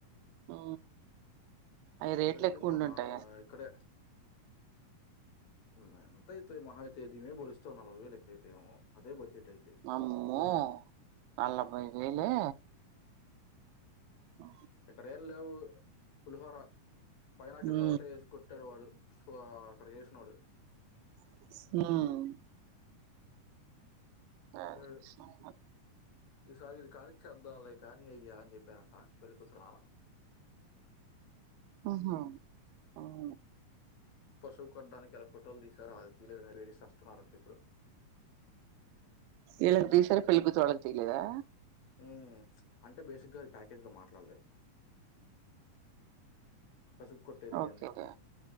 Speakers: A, on the right; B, on the left.
A: ఉ అవి రేట్లు
B: పెళ్ళి
A: ఎక్కువ
B: మనా
A: ఉండుంటాయి
B: ఇక్కడే. హ్మ్, ఎంత అయితయి మహా అయితే, దీని మీద పోలిస్తే నలభై వేలు ఎకువైతయేమో. అదే బడ్జెట్ అయితాయి
A: వామ్మో? నలభై వేలే? అ
B: ఇక్కడ ఏం లేవు. పులిహోర పైనా, కింద
A: ఉ
B: ఒకటే ఏసి కొట్ పెట్టాడు వాడు సో, అక్కడ చేసినోడు.
A: హ్మ్ ఆ
B: ఆహ్,
A: సం వాట్?
B: ఈసారి ఇది కానీచ్చేద్దాంలే కానీ అయ్యా, అని చెప్పాడంటా పెళ్ళికూతురు మామ.
A: ఉమ్ హూ, ఉ
B: పసుపు కొడ్డానికి ఆడ ఫోటోల్ దీసారా, ఆయ్ తీయలేదని ఎడిస్ తెస్తున్నారంట ఇప్పుడు.
A: ఈల్లక్ దిసారు, పెళ్ళికూతురు వాళక్ తీయలేదా?
B: ఉమ్, అంటే బేసిక్గా అయి ప్యాకేజ్ లో మాట్లాడలేదు. పసుపు కొట్టేది, ఇయన్నీ.
A: ఓకే ఓకే